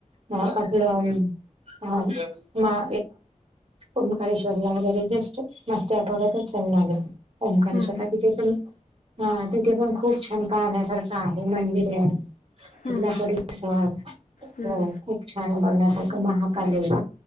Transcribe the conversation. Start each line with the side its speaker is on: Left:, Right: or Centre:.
Right: ह आपलं ह मा पंकारेश्वरला वगैरे जस्ट मागच्या आठवड्यातच जाऊन आले. ओंकारसाठी
Left: हम्म
Right: चे पण. हा तिथे पण खूप छान पाहण्यासारखं आहे मंदिर आहे.
Left: हम्म
Right: तला
Left: हम्म
Right: परि सर
Left: हम्म
Right: हो. खूप छान बघण्यासारखं महाकालेला